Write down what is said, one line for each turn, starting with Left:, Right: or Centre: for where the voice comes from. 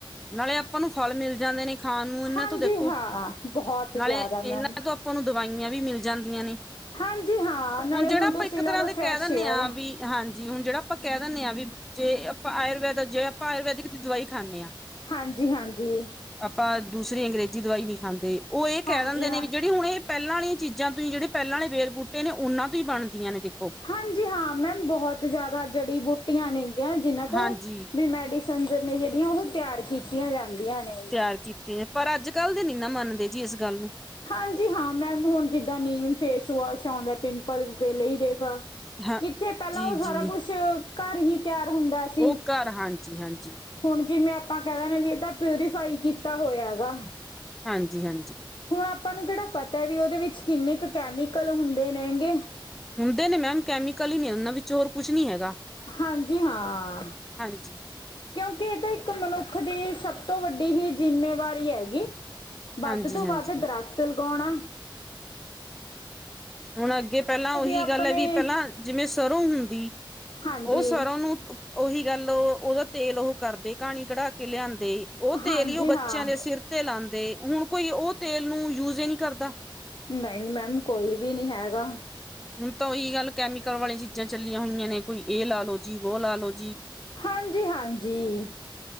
Centre: ਨਾਲੇ ਆਪਾਂ ਨੂੰ ਫਲ ਮਿਲ ਜਾਨੇ ਨੇ ਖਾਨ ਨੂੰ ਏਨਾਂ
Left: ਹਾਂਜੀ
Centre: ਤੋਂ ਦੇਖੋ,
Left: ਹਾਂ ਬਹੁਤ
Centre: ਨਾਲੇ
Left: ਜ਼ਿਆਦਾ ਮੈਮ
Centre: ਏਨਾਂ ਤੋਂ ਤਾਨੂੰ ਦਵਾਈਆਂ ਵੀ ਮਿਲ ਜਾਂਦੀਆਂ ਨੇ।
Left: ਹਾਂਜੀ ਹਾਂ ਨਾਲੇ
Centre: ਹੁਨ ਜੇੜਾ
Left: ਹੁਣ
Centre: ਆਪਾਂ
Left: ਤੁਸੀਂ
Centre: ਇੱਕ
Left: ਲਾ
Centre: ਤਰਾ
Left: ਲਓ
Centre: ਦੇ
Left: ਫਰੈਸ਼
Centre: ਕੈ ਦਿੰਨੇ
Left: ਏਅਰ
Centre: ਆ ਵੀ ਹਾਂਜੀ ਹੁਨ ਜੇੜਾ ਆਪਾਂ ਕੈ ਦਿੰਨੇ ਆ ਵੀ ਜੇ ਆਪਾਂ ਆਯੁਰਵੈਦ ਜੇ ਆਪਾਂ ਆਯੁਰਵੈਦਿਕ ਦੀ ਦਵਾਈ ਖਾਨੇ ਆ
Left: ਹਾਂਜੀ ਹਾਂਜੀ।
Centre: ਆਪਾਂ ਦੂਸਰੀ ਅੰਗਰੇਜੀ ਦਵਾਈ ਨੀ ਖਾਂਦੇ ਉਹ ਏ ਕੈ
Left: ਹਾਂਜੀ
Centre: ਦਿੰਦੇ
Left: ਮੈਮ
Centre: ਨੇ ਵੀ ਜੇੜੀ ਹੁਨ ਏਹ ਪੈਲਾਂ ਆਲੀ ਚੀਜਾ ਤੁਹੀ ਜੇੜੇ ਪੈਲਾਂ ਆਲੇ ਵੇਲ- ਬੂਟੇ ਨੇ, ੳਨਾਂ ਤੋਂ ਹੀ ਬਨਦੀਆਂ ਨੇ ਦੇਖੋ।
Left: ਹਾਂਜੀ ਹਾਂ ਮੈਮ ਬੋਹਤ ਜਾਦਾ ਜੜੀ ਬੂਟੀਆਂ ਨੇਗੀਆਂ ਜਿਨਾਂ ਤੋਂ
Centre: ਹਾਂਜੀ
Left: ਵੀ ਮੈਡੀ ਸਨ ਨੇ ਜੇਹੜੀਆਂ ੳਹ ਤੇਆਰ ਕੀਤੀਆਂ ਜਾਂਦੀਆਂ ਨੇ।
Centre: ਤੇਆਰ ਕੀਤੇ ਨੇ, ਪਰ ਅੱਜ-ਕੱਲ ਦੇ ਨੀ ਨਾ ਮੰਨਦੇ ਜੀ ਇਸ ਗੱਲ ਨੂੰ।
Left: ਹਾਂਜੀ ਹਾਂ ਮੈਮ ਹੁਨ ਜਿੱਦਾਂ ਨੀਮ ਫੇਸ ਵਾਸ਼ ਆਂਦਾ ਪਿੰਪਲਸ ਦੇ ਲਈ ਦੇਖ
Centre: ਹਾਂ
Left: ਕਿੱਤੇ ਪੈਲਾਂ
Centre: ਜੀ
Left: ੳਹ ਸਾਰਾ
Centre: ਜੀ
Left: ਕੁਛ ਘਰ ਹੀ ਤੇਆਰ ਹੁੰਦਾ ਸੀ।
Centre: ਉਹ ਘਰ ਹਾਂਜੀ ਹਾਂਜੀ
Left: ਹੁਨ ਜਿਵੇਂ ਆਪਾਂ ਕੈ ਦੇਨੇ ਆ ਵੀ ਏਹਦਾ ਪਿਉਰੀਫਾਈ ਕੀਤਾ ਹੋਇਆ ਹੈਗਾ।
Centre: ਹਾਂਜੀ ਹਾਂਜੀ।
Left: ਹੁਨ ਆਪਾਂ ਨੂੰ ਕੇੜਾ ਪਤਾ ਵੀ ੳਦੇ ਵਿੱਚ ਕਿੰਨੇ ਕੁ ਕੈਮੀਕਲ ਹੁੰਦੇ ਨੇਂਗੇ।
Centre: ਹੁੰਦੇ ਨੇ ਮੈਮ ਕੈਮੀਕਲ ਈ ਨੇ ੳਨਾਂ ਵਿੱਚ, ਹੋਰ ਕੁਛ ਨੀ ਹੈਗਾ।
Left: ਹਾਂਜੀ ਹਾਂ।
Centre: ਹਾਂਜੀ।
Left: ਕਿਉਂਕਿ ਏ ਤਾਂ ਇੱਕ ਮਨੁੱਖ ਦੀ ਸਭ ਤੋਂ ਵੱਡੀ ਹੀ ਜਿੰਮੇਵਾਰੀ ਹੈਗੀ। ਵੱਧ
Centre: ਹਾਂਜੀ
Left: ਤੋਂ
Centre: ਹਾਂਜੀ
Left: ਵੱਧ ਦਰਖਤ ਲਗਾਉਨਾ
Centre: ਹੁਨ ਅੱਗੇ ਪਹਲਾਂ ੳਹੀ
Left: ਆਪਣੇ
Centre: ਗੱਲ ਹੈ ਵੀ ਪਹਲਾਂ ਜਿਵੇਂ ਸਰੋਂ ਹੁੰਦੀ
Left: ਹਾਂਜੀ
Centre: ੳਹ ਸਰੋਂ ਨੂੰ ੳਹੀ ਗੱਲ ੳਹ ੳਦਕ ਤੇਲ ੳਹ ਕਰਦੇ ਘਾਨੀ ਕਢਾ ਕੇ ਲਿਆਂਦੇ, ੳਹ ਤੇਲ
Left: ਹਾਂਜੀ
Centre: ਈ ੳਹ ਬੱਚੇਆਂ
Left: ਹਾਂ
Centre: ਦੇ ਸਿਰ ਤੇ ਤੇ ਲਾਂਦੇ, ਹੁਨ ਕੋਈ ੳਹ ਤੇਲ ਨੂੰ ਯੂਜ ਈ ਨੀ ਕਰਦਾ।
Left: ਨਈ, ਮੈਮ ਕੋਈ ਵੀ ਨੀ ਹੈਗਾ।
Centre: ਹੁਨ ਤਾਂ ੳਹੀ ਗੱਲ, ਕੈਮੀਕਲ ਵਾਲੀਆਂ ਚੀਜਾ ਚੱਲੀਆਂ ਹੋਈਆਂ ਨੇ, ਕੋਈ ਏਹ ਲਾ ਲੋ ਜੀ, ਵੋ ਲਾ ਲੋ ਜੀ।
Left: ਹਾਂਜੀ ਹਾਂਜੀ।